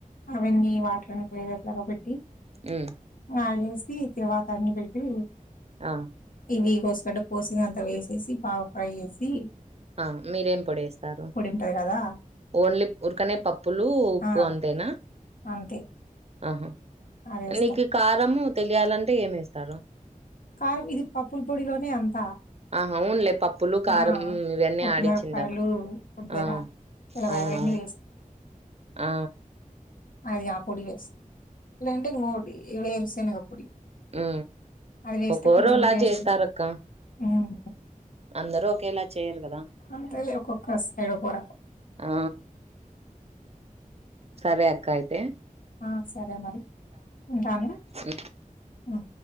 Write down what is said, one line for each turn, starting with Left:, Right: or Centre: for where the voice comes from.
Left: అవన్నీ వాటరు అన్ని పోయేటట్ల పెట్టి
Right: ఉ
Left: ఆయ్లేసి తిరువాతా అన్ని పెట్టి
Right: ఆ
Left: ఇవి కోస్కడ్డ కోసిందింత వేసేసి బాగా ఫ్రై జేసి
Right: ఆ మీరేం పొడేస్తారు
Left: ఉంటది కదా
Right: ఓండ్లీ ఉరకనే పప్పులు ఉప్పు
Left: ఆ
Right: అంతేనా
Left: అంతే
Right: అహా
Left: అది వేస్తాం
Right: నీకి కారము తెలియాలంటే ఏమేస్తారు
Left: కారం ఇది పప్పుల పొడిలోనే అంతా
Right: ఆహ ఊండ్లే పప్పులు కారం
Left: ఆ
Right: మ్ ఇవెన్న
Left: పొట్టిమిరపకాయలు
Right: ఆడిచ్చిండల్ల
Left: కొబ్బెర
Right: ఆ
Left: తెల్లవాయ
Right: అవునవును
Left: అవన్నీ
Right: ఆ
Left: అదిగా పొడి వేస్ లేదంటే ఇంకోటి ఇ వేరుశెనగ పొడి
Right: ఉ
Left: అది వేస్తే
Right: ఒక్కోరోలాగ
Left: కొంచెం టేస్ట్
Right: చేస్తారక్క
Left: హ్మ్
Right: అందరు ఒకేలా చేయ్యరు గదా
Left: అంతేలే ఒక్కొక్క సైడ్ ఒక్కో రకం
Right: ఆ సరే అక్క ఐతే
Left: ఆ సరే మరి ఉంటాను
Right: ఉమ్
Left: ఉ